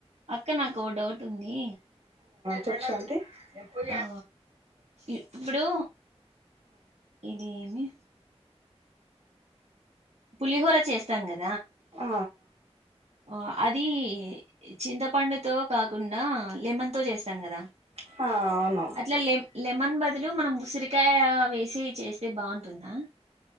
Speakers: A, on the right (about 80°); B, on the right (about 60°).
A: అక్క నాకు ఓ డౌట్ ఉంది.
B: చెప్ శాంతి ఉ
A: ఆ ఇప్పుడు ఇది ఏమి పులిహోర చేస్తం కద
B: ఆ
A: ఆ అది చింతపండుతో కాకుండా లెమన్ తో చేస్తాం కదా
B: హా అవును
A: అట్లా లె లెమన్ బదులు మనం ఉసిరికాయ వేసి చేస్తే బాగుంటుందా